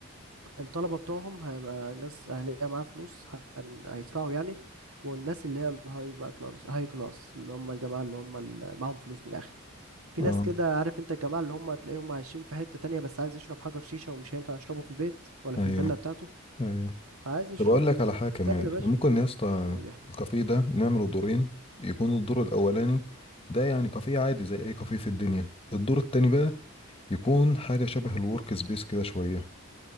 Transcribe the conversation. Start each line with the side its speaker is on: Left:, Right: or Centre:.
Right: الطلبة بتوعهم هيبقى ناس أهلية معاها فلوس هن... هيدفعوا يعني والناس اللي هي الهاي بقى كلاس هاي كلاس اللي هم الجماعة اللي هم اللي معاهم فلوس من الآخر في ناس
Left: أه
Right: كده عارف انت الجماعة اللي هم تلاقيهم عايشين في حتة تانية بس عايز يشرب حجر شيشة ومش هينفع يشربه في البيت ولا في
Left: أيوه
Right: الفيلا بتاعته
Left: أيوه
Right: عايز يشربه
Left: طب اقول لك على حاجه كمان
Right: تعمل يا
Left: احنا
Right: باشا
Left: ممكن يا اسطى
Right: قول يا حبيبي
Left: الكافيه ده نعمله دورين يكون الدور الاولاني ده يعني كافيه عادي زي اي كافيه في الدنيا الدور التاني بقى يكون حاجه شبه الورك سبيس كده شويه